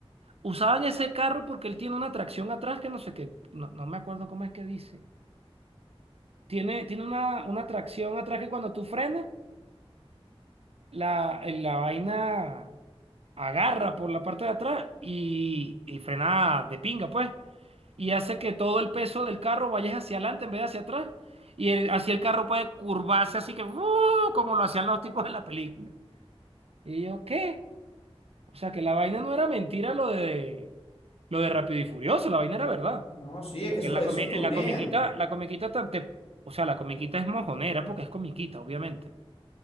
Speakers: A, on the right; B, on the left.
A: Usaban ese carro porque él tiene una tracción atrás que no sé qué, no, no me acuerdo cómo es que dice. Tiene, tiene una, una tracción atrás que cuando tú frenas la, eh, la vaina agarra por la parte de atrás y, y frena de pinga, pues. Y hace que todo el peso del carro vaya hacia adelante en vez de hacia atrás. Y el- así el carro puede curvarse, así que ¡uh! como lo hacían los tipos en la película. Y yo, ¿qué? O sea que la vaina no era mentira lo de lo de Rápido y Furioso, la vaina era verdad.
B: No, sí, es
A: Porque
B: que eso,
A: en la
B: esos
A: comi-
B: tunean.
A: en la comiquita, la comiquita tan te- o sea, la comiquita es mojonera porque es comiquita, obviamente